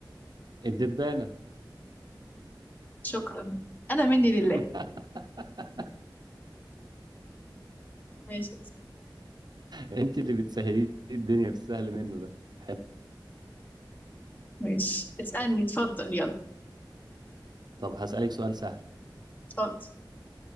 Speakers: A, on the right; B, on the left.
A: الدبانة
B: شكرا انا مني لله
A: <laughs>
B: ماشي
A: انت اللي بتسهلي لي الدنيا في السهل منه ده حلو
B: ماشي اسالني اتفضل يلا
A: طب هسألك سؤال سهل
B: اتفضل